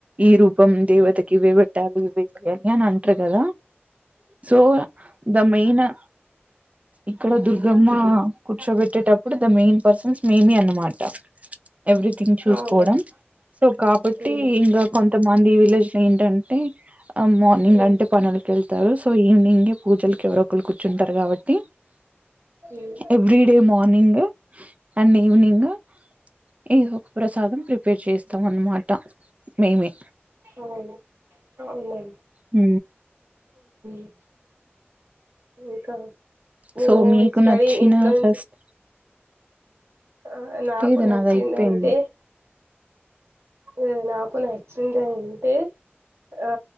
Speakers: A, on the right; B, on the right.
A: ఈ రూపం దేవతకి ఇవే పెట్టాలి ఇవి యజ్ఞాన్ని అంటరు కదా సో ద మెయినా ఇక్కడ దుర్గమ్మ కూర్చోబెట్టేటప్పుడు ద మెయిన్ పర్సన్స్ మేమే అన్నమాట ఎవ్రీథింగ్ చూసుకోవడం
B: అవునండి
A: సో కాబట్టి
B: ఉమ్,
A: ఇంకా కొంతమంది విలేజ్ లో ఏంటంటే ఆ మార్నింగ్
B: ఉమ్,
A: అంటే పనులకి వెళ్త తారు సో ఈవినింగ్ పూజలకి ఎవరో ఒకలు కుచుంటారు కాబట్టి టి
B: um,
A: every day morning and evening ఇది ఒక ప్రసాదం ప్ర ప్రిపేర్ చేస్తాం అన్నమాట మేమే
B: అవును అవునా
A: ఉ
B: <inaudible> ఇంకా మీరు
A: సో మీకు
B: స్టడీ
A: నచ్చిన
B: ఇంట్లో నుంచి
A: ఫస్ట్
B: ఆ నాకు
A: లేదు
B: నచ్చిందంటే
A: నాది అయిపోయింది
B: ఈ నాకు నచ్చింది అంటే ఆ